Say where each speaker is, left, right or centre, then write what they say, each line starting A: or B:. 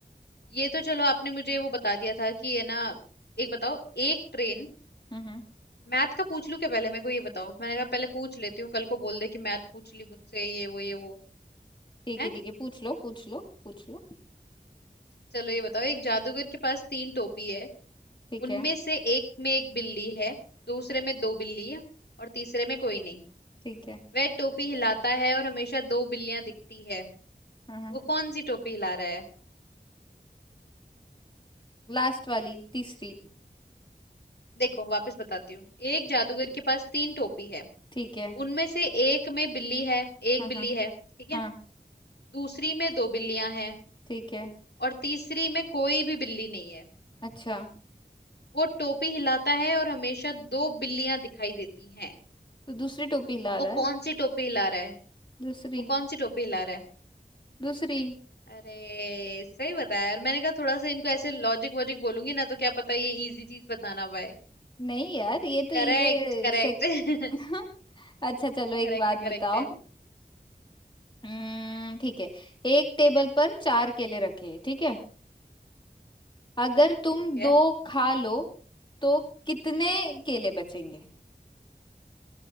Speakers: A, on the left (about 80°); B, on the left (about 30°).
A: ये तो चलो आपने मुझे वो बता दिया था कि है ना एक बताओ एक ट्रेन
B: हम्म हम्म,
A: मैथ का पूछ लूं क्या पहले मेरे को ये बताओ मैंने कहा पहले पूछ लेती हूँ कल को बोल दे कि मैथ पूछ ली मुझसे ये वो ये वो
B: ठीक
A: है
B: है ठीक है पूछ लो पूछ लो पूछ लो
A: चलो ये बताओ एक जादूगर के पास तीन टोपी है
B: ठीक
A: उनमें
B: है
A: से एक में एक बिल्ली है दूसरे में दो बिल्ली है और तीसरे में कोई नहीं
B: ठीक है
A: वह टोपी हिलाता है और हमेशा दो बिल्लियां दिखती है
B: हाँ हाँ
A: वो कौन सी टोपी हिला रहा है
B: लास्ट वाली तीसरी
A: देखो वापस बताती हूँ एक जादूगर के पास तीन टोपी है
B: ठीक है
A: उनमें से एक में बिल्ली है एक
B: हाँ
A: बिल्ली
B: हाँ
A: है ठीक है
B: हाँ
A: दूसरी में दो बिल्लियां हैं
B: ठीक है
A: और तीसरी में कोई भी बिल्ली नहीं है
B: अच्छा
A: वो टोपी हिलाता है और हमेशा दो बिल्लियां दिखाई देती हैं
B: तो दूसरी टोपी ला
A: वो
B: रहा
A: कौन
B: है
A: सी टोपी हिला रहा है
B: दूसरी
A: वो कौन सी टोपी हिला रहा है
B: दूसरी
A: अरे सही बताया यार मैंने कहा थोड़ा सा इनको ऐसे लॉजिक वॉजिक बोलूंगी ना तो क्या पता ये इजी चीज बताना पाए
B: नहीं यार ये तो इजी
A: Correct correct
B: से <laughs> अच्छा चलो एक
A: करेक्ट
B: बात
A: करेक्ट
B: बताओ
A: <laughs> है
B: हम्म ठीक है एक टेबल पर चार केले रखे हैं, ठीक है अगर तुम
A: ठीक है
B: दो खा लो तो कितने
A: हम्म
B: केले बचेंगे